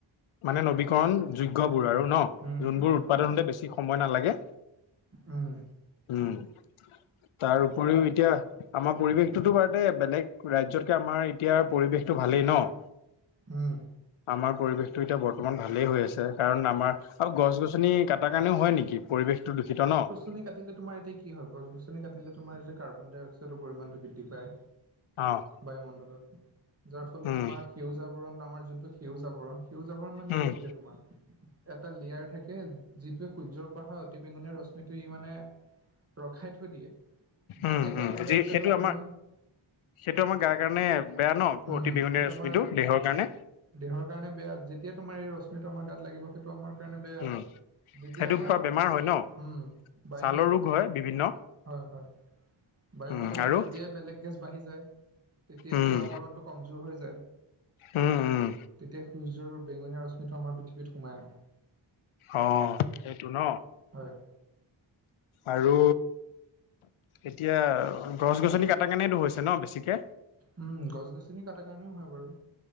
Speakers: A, on the left (about 85°); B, on the right (about 30°).
A: মানে নবীকৰণ যোগ্যবোৰ আৰু ন'
B: উম,
A: যোনবোৰ
B: উম, উম,
A: উৎপাদন হতে বেছি সময় নালাগে
B: উম,
A: উম। তাৰ উপৰিও এতিয়া আমাৰ পৰিৱেশটোতো বাৰুতে বেলেগ ৰাজ্যতকে আমাৰ এতিয়া পৰিৱেশতটো ভালেই ন'?
B: উম।
A: আমাৰ পৰিৱেশটো এতিয়া বৰ্তমান ভালেই হৈ আছে কাৰণ আমাৰ আৰু গছ গছনি কটাৰ কাৰণেও হয় নেকি পৰিৱেশটো দূষিত ন'?
B: গছ গছনি কাটিলে তোমাৰ এতিয়া কি হয় গছ গছনি কাটিলে তোমাৰ যে কাৰ্বন ডাইঅক্সাইডৰ পৰিমাণটো বৃদ্ধি পায়।
A: অ',
B: বায়ুমণ্ডলৰ। যাৰ ফলত
A: উম,
B: তোমাৰ সেউজ আবৰণ আমাৰ যোনটো সেউজ আবৰণ সেউজ আবৰণ মানে
A: উম,
B: কি এতিয়া তোমাৰ এটা লেয়াৰ থাকে যিটোৱে সূৰ্যৰ পা অহা অতি বেঙুনীয়া ৰশ্মিটো ই মানে ৰখাই থৈ দিয়ে যেতিয়া
A: উম, উম,
B: কাৰ্বন
A: যি
B: ডাই অক্সাইডৰ
A: সেইটো আমাৰ
B: পৰিমাণ
A: সেইটো
B: উম,
A: আমাৰ গাৰ কাৰণে বেয়া ন অতি বেঙুনীয়া
B: সেইটো
A: ৰশ্মিটো
B: আমাৰ
A: দেহৰ কাৰণে
B: দেহৰ কাৰণে বেয়া যেতিয়া তোমাৰ এই ৰশ্মিটো আমাৰ গাত লাগিব সেইটো আমাৰ কাৰণে বেয়া
A: উম
B: যেতিয়া
A: সেইটো
B: আমাৰ
A: পৰা বেমাৰ হয় ন
B: উম বায়ু
A: ছালৰ ৰোগ হয় বিভিন্ন
B: হয় হয়। বায়ুমণ্ডলত
A: উম আৰু
B: যেতিয়াই বেলেগ গেছ বাঢ়ি যায় তেতিয়াইো
A: উম
B: আৱৰণটো কমজোৰ হৈ যায়।
A: উম, উম।
B: তেতিয়া সূৰ্যৰ বেঙনীয়া ৰশ্মিটো আমাৰ পৃথিৱীত সোমাই আহে।
A: অ', সেইটো ন?
B: হয়
A: আৰু এতিয়া গছ গছনি কটাৰ কাৰণেতো হৈছে ন বেছিকে
B: উম, গছ গছনি কটাৰ কাৰণেও হয় বাৰু।